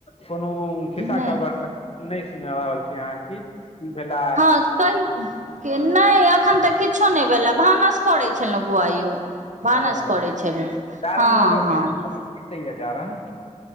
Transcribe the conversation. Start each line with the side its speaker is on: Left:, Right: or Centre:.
Left: कोनो खिस्सा
Right: नहि
Left: खबर नहि सुना रहल छी अहाँ की भेलए।
Right: हँ नहि एखन तऽ किछो नहि भेलए भानस करै छलहुँ बौआ यौ। भानस
Left: ओ
Right: करै छलहुं।
Left: जारनि
Right: हँ
Left: कतऽ सँ
Right: हँ,
Left: के दैये जारन?